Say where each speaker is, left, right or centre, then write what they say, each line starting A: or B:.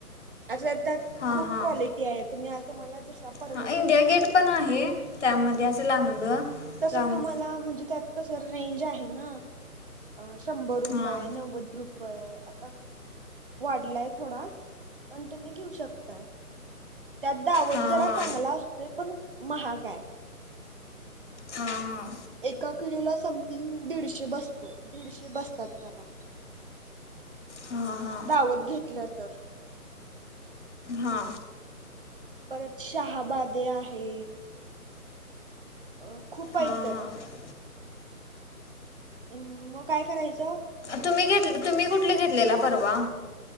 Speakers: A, on the right (about 35°); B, on the left (about 50°).
A: आशा त्यात
B: हां
A: खूप
B: हां
A: क्वालिटी आहेत तुम्ही अस <unintelligible> पार
B: हां
A: वड
B: इंडिया गेट पण आहे त्यामध्ये असं लांबडं
A: तस
B: लांब
A: तुम्हाला म्हणजे त्यात. कस रेंज आहे ना शंभर रुपय
B: हां
A: नव्वद रुप य आता वाढलाय थोडा पण तुम्ही घेऊ शकताय. त्यात दावत
B: हां
A: जरा
B: हां
A: चांगला असतोय पण महाग हाय.
B: हा हा!
A: एका किलोला समथिंग दीडशे बसतील दीडशे बसतात त्याला
B: हा हा‌!
A: दावत घेतलं तर.
B: हा!
A: परत शहाबादे आहे! अ खूप हायत
B: हां
A: त्यात
B: हां
A: हम्म मग काय करायचं.
B: तुम्ही घेत तुम्ही कुठले घेतलेला परवा